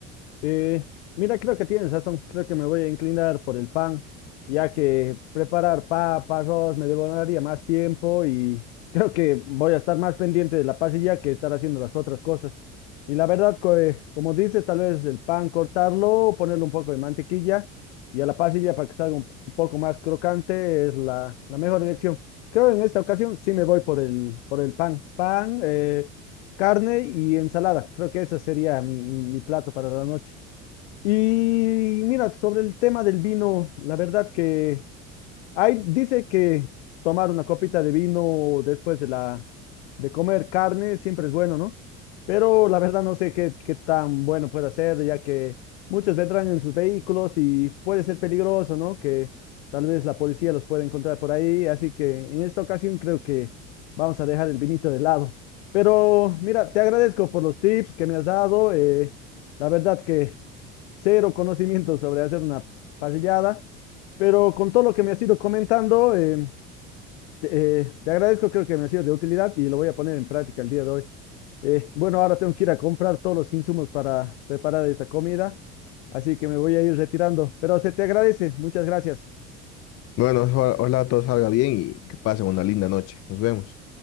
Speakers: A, on the left; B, on the left.
A: Eh, mira, creo que tienes razón. Creo que me voy a inclinar por el pan, ya que preparar papa, arroz me demoraría más tiempo y creo que voy a estar más pendiente de la parrilla que estar haciendo las otras cosas. Y la verdad, co- eh, como dices, tal vez el pan cortarlo, ponerle un poco de mantequilla y a la parrilla para que salga un p- un poco más crocante es la, la mejor elección. Creo en esta ocasión sí me voy por el, por el pan. Pan, eh, carne y ensalada. Creo que ese sería mi, mi mi plato para la noche. Y mira, sobre el tema del vino, la verdad que hay, dice que tomar una copita de vino después de la de comer carne siempre es bueno, ¿no? Pero la verdad no sé qué, qué tan bueno puede ser, ya que muchos vendrán en sus vehículos y puede ser peligroso, ¿no? Que tal vez la policía los pueda encontrar por ahí. Así que en esta ocasión creo que vamos a dejar el vinito de lado. Pero mira, te agradezco por los tips que me has dado. eh, la verdad que cero conocimiento sobre hacer una parrillada, pero con todo lo que me has ido comentando, eh, te, eh, te agradezco, creo que me ha sido de utilidad y lo voy a poner en práctica el día de hoy. Eh, bueno, ahora tengo que ir a comprar todos los insumos para preparar esta comida, así que me voy a ir retirando, pero se te agradece, muchas gracias.
B: Bueno, ojalá ojalá todo salga bien y que pasen una linda noche. Nos vemos.